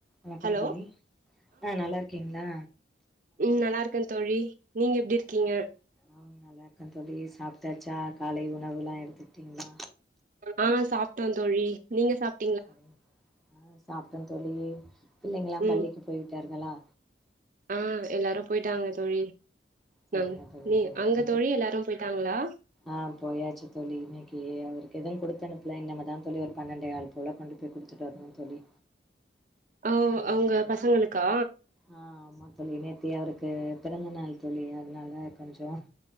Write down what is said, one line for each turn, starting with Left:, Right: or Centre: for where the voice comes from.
Centre: வணக்கம்
Right: ஹலோ
Centre: தோழி ஆ நல்லாருக்கீங்ளா
Right: உம் நல்லாருக்கே தோழி நீங்க எப்டிருக்கீங்க
Centre: ஆம் நல்லா இருக்க தோழி சாப்ட்டாச்சா காலை உணவுலா எடுத்துட்டீங்ளா
Right: ஆ சாப்ட்டோ தோழி நீங்க சாப்
Centre: சரி ஆ சாப்ட்டோ தோழி பிள்ளைங்லா
Right: ம்
Centre: பள்ளிக்கு போய் விட்டார்களா
Right: ஆ எல்லாரு போய்டாங்க தோழி
Centre: சரிங்க
Right: நாங்க
Centre: தோழி
Right: நீங்க
Centre: சரிங்க
Right: அங்க தோழி எல்லாரு போயிட்டாங்களா
Centre: ஆ போயாச்சு தோழி இன்னிக்கு அவருக்கு எது குடுத்த அனுப்புல இன்னமதா தோழி ஒரு பன்னெண்டேகால் போல கொண்டுப் போய் குடுத்துட்டு வர்ணு தோழி
Right: ஆ
Centre: ஆ
Right: அவங்க பசங்களுக்கா
Centre: ஆ ஆமா தோழி நேத்தியே அவருக்கு பிறந்த நாள் தோழி அதனால கொஞ்சோ